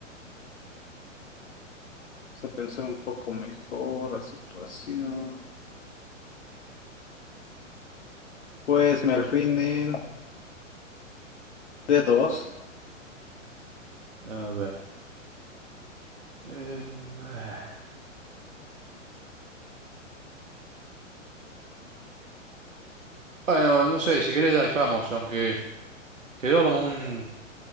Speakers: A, on the left; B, on the right.
A: a pensar un poco mejor la situación. Pues me alfil en d dos.
B: A ver. em, ah. bueno, no sé, si querés la dejamos, aunque quedó como un